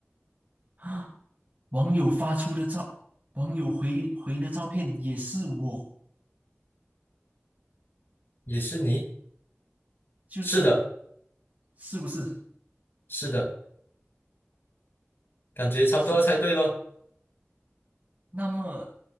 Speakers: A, on the right; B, on the left.
A: 啊，网友发出的照，网友回回的照片也是我，
B: 也是你？
A: 就是
B: 是的，
A: 是不是？
B: 是的，感觉差不多要猜对咯，
A: 是。那么